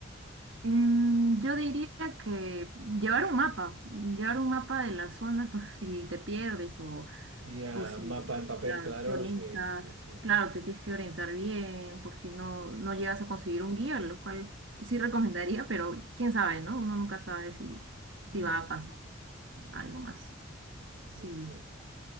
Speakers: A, on the right; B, on the right.
A: Mm, yo diría que llevar un mapa, llevar un mapa de las zonas por <laughs> si te pierdes o
B: Ya,
A: O si,
B: mapa en papel,
A: claro,
B: claro,
A: te orientas,
B: sí, sí, sí.
A: claro, te tienes que orientar bien por si no, no llegas a conseguir un guía, lo cual sí recomendaría, pero quién sabe, ¿no? Uno nunca sabe si, si
B: Ya,
A: va a pasar
B: ya,
A: algo más. Sí.
B: este.